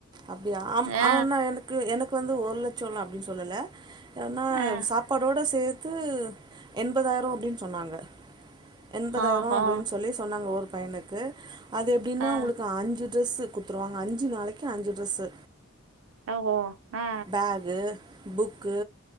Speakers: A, on the right (about 20°); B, on the right (about 85°).
A: அப்டியா ஆம்
B: ஆ
A: ஆனா எனக்கு எனக்கு வந்து ஒரு லட்சலா அப்டின்னு சொல்லல எனா
B: ஆ
A: சாப்பாடோடு சேர்த்து எண்பதாயிரோ அப்டின்னு சொன்னாங்க எண்பதாயிரோ
B: ஆஹோ
A: அப்டின்னு சொல்லி சொன்னாங்க ஒரு பையனுக்கு அது எப்டின்னா
B: ஆ
A: உங்களுக்கு அஞ்சி ட்ரெஸ்ஸு கடுத்துருவாங்க அஞ்சி நாளைக்கு அஞ்சி ட்ரெஸ்ஸு
B: ஆ ஒ போ ஆ
A: பக்கு புக்கு